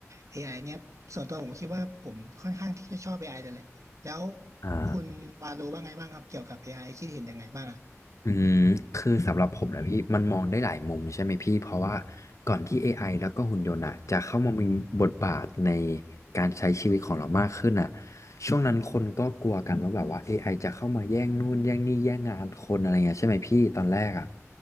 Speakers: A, on the right (about 70°); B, on the left (about 70°).
A: AI เนี่ยส่วนตัวผมคิดว่าผมค่อนข้างที่จะชอบ AI เลยแหละ แล้ว
B: อ่า
A: คุณวาโลว่าไงบ้างครับเกี่ยวกับ AI คิดเห็นยังไงบ้างอ่ะ
B: อืมคือสำหรับผมนะพี่มันมองได้หลายมุมใช่ไหมพี่เพราะว่าก่อนที่ AI แล้วก็หุ่นยนต์อะจะเข้ามามีบทบาทในการใช้ชีวิตของเรามากขึ้นอ่ะช่วงนั้นคนก็กลัวกันว่าแบบว่า AI จะเข้ามาแย่งนู่นแย่งนี่แย่งงานคนอะไรเงี้ยใช่ไหมพี่ตอนแรกอ่ะ